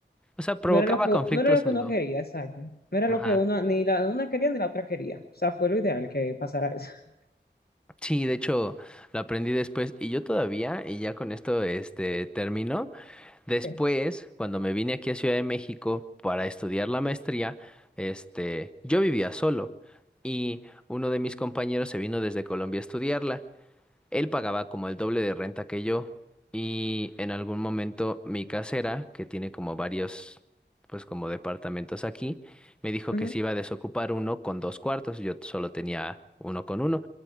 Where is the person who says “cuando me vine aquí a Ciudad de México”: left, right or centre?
Centre